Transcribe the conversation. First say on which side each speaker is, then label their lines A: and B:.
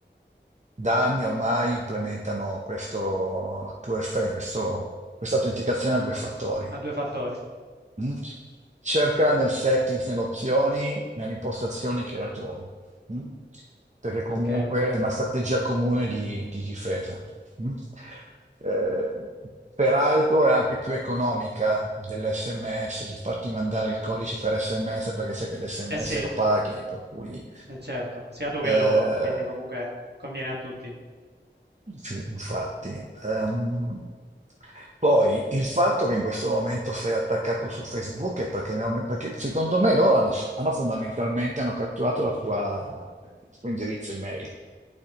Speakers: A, on the right; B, on the right.
A: da anni ormai implementano questo 2FA, questo, questa autenticazione a due fattori.
B: a due fattori.
A: Mm? Cercala nel settings, nelle opzioni, nelle impostazioni che la trovi, mm? perché comunque
B: Ok, ok.
A: è una strategia comune di, di difesa. mm? Eh, peraltro è anche più economica dell'SMS, di farti mandare il codice per SMS perché sai che l'SMS
B: Eh sì.
A: lo paghi, per cui
B: Eh, certo, sia tu
A: eh,
B: che loro, quindi comunque conviene a tutti,
A: sì, infatti. Ehm, poi il fatto che in questo momento sei attaccato su Facebook è perché, ne hanno- perché secondo me loro hanno, hanno fondamentalmente hanno catturato la tua- il tuo indirizzo email,